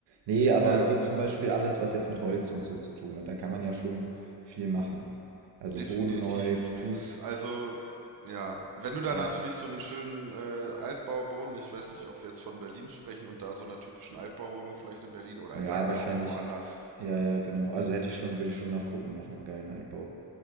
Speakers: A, on the right (about 85°); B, on the right (about 55°).
A: Nee, aber
B: Ähm,
A: so zum Beispiel alles, was jetzt mit Holz und so zu tun hat, da kann man ja schon viel machen. Also
B: Definitiv.
A: Boden neu, Fuß,
B: Also, ja, wenn du da
A: lei-
B: natürlich so einen schönen äh, Altbauboden, ich weiß nicht, ob wir jetzt von Berlin sprechen und da so einer typischen Altbauwohnung vielleicht in Berlin oder
A: ja,
B: sagen
A: wahrscheinlich,
B: wir auch woanders,
A: ja, ja, genau. Also hätte ich schon, würde ich schon nachgucken nach einem geilen Altbau.